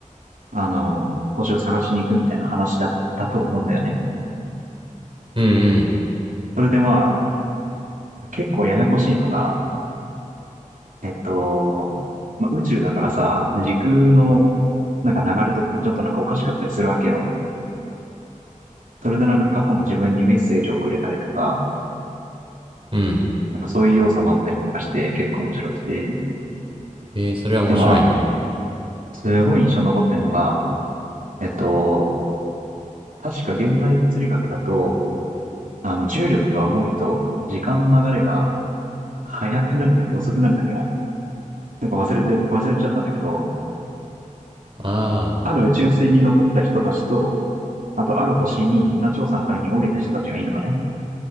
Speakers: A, on the right; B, on the right.
A: あの、星を探しに行くみたいな話だったと思うんだよね。
B: うん
A: それでまあ、結構ややこしいのが、えっと、まあ、宇宙だからさ、時空のなんか流れとかもちょっとなんかおかしかったりするわけよ。それでなんか過去の自分にメッセージをくれたりとか、
B: うん、うん。
A: なんかそういう要素もあったりとかして結構面白くて。
B: えーそれは面白いな。
A: でまあ、すごい印象に残ってるのが、えっと、確か現代物理学だと、あの、重力が重いと、時間の流れが速くなるんだっけ、遅くなるんだっけな。なんか忘れて、忘れちゃったんだけど、
B: ああ、
A: ある宇宙船に残った人たちと、あとある星に一旦調査のために降りた人たちがいるのね。